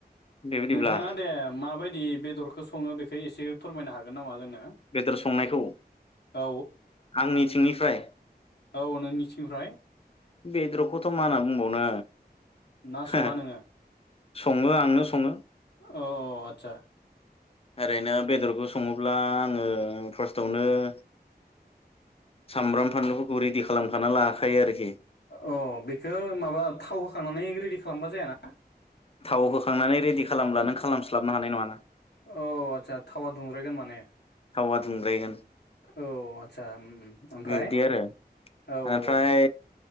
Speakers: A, on the left; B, on the left.
A: बेबायदिब्ला
B: नोंथाङा दे माबायदि बेदरखौ सङो बेखौ एसे फोरमायनो हागोन नामा जोंनो?
A: बेदर संनायखौ
B: औ
A: आंनिथिंनि। फ्राय
B: औ नोंनिथिंनिफ्राय
A: बेदरखौथ' मा होनना बुंबावनो।
B: ना
A: <unintelligible>
B: सङा नोङो
A: <unintelligible> सङो आंनो सङो।
B: औ आदसा
A: ओरैनो। बेदरखौ सङोब्ला आङो <unintelligible> सामब्राम। फानलुफोरखौ रेडि खालामखाना लाखायो आरोखि
B: अ बेखौ माबा थाव होखांनानै रेडि खालामबा जायाना?
A: थाव होखांनानै रेडि खालामब्ला नों खालामस्लाबनो हानाय नङा ना।
B: अ आदसा थावा दुंद्रायगोन माने।
A: थावा दुंग्रायगोन
B: औ आदसा ओमफ्राय
A: बिरदि आरो
B: औ
A: आनिफ्राय
B: औ